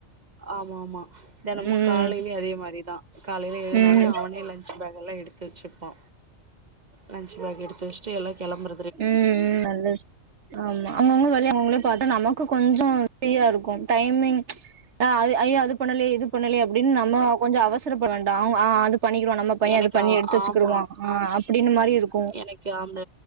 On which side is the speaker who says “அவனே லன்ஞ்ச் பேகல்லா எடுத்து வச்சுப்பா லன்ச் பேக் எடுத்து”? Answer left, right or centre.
Right